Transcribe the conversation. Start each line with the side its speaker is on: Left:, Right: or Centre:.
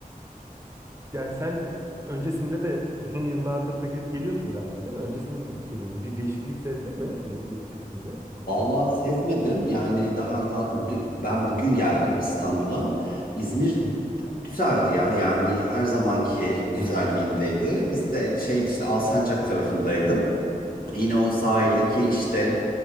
Right: yani sen e, öncesinde de uzun yıllardır da gidip geliyorsun galiba değil mi? Öncesinde de gidip geliyordun. Bir değişiklik sezdin mi öyle bir İz- İzmir'de anında?
Left: Vallahi sezmedim. Yani daha a- d- ben bugün geldim İstanbul'a. İzmir
Right: Hı
Left: güzeldi ya. Yani her zamanki güzelliğindeydi. Biz de şey işte Alsancak tarafındaydım. Yine o sahildeki işte